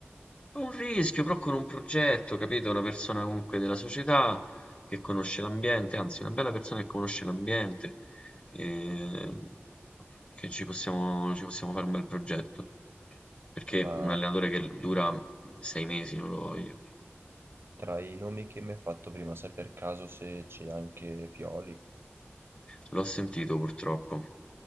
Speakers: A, on the left; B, on the right.
A: Un rischio, però con un progetto, capito? Una persona comunque della società che conosce l'ambiente, anzi, una bella persona che conosce l'ambiente, ehm, che ci possiamo, ci possiamo fare un bel progetto. Perché
B: ma
A: un allenatore che dura sei mesi non lo voglio.
B: tra i nomi che mi hai fatto prima, sai per caso se c'è anche Pioli?
A: L'ho sentito purtroppo.